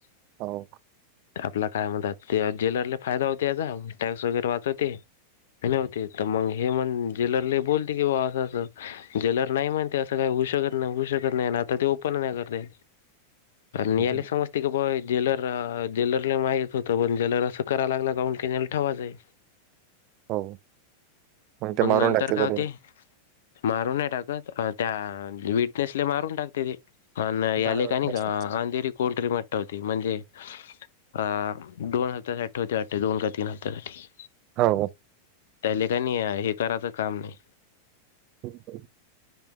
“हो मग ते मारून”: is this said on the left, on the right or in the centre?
Right